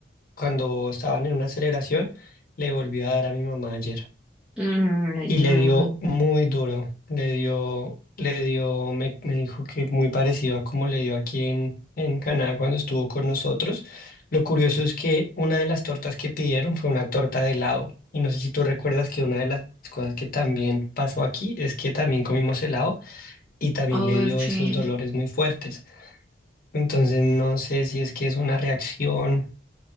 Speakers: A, on the left (about 50°); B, in the centre.
A: cuando estaban en una celebración, le volvió a dar a mi mamá ayer
B: mm, Ay,
A: y
B: no.
A: le dio muy duro, le dio, le dio, me, me dijo que muy parecido a como le dio aquí en, en Canadá cuando estuvo con nosotros. Lo curioso es que una de las tortas que pidieron fue una torta de helado. Y no sé si tú recuerdas que una de las cosas que también pasó aquí es que también comimos helado y también
B: Oh,
A: le dio
B: sí.
A: esos dolores muy fuertes. Entonces no sé si es que es una reacción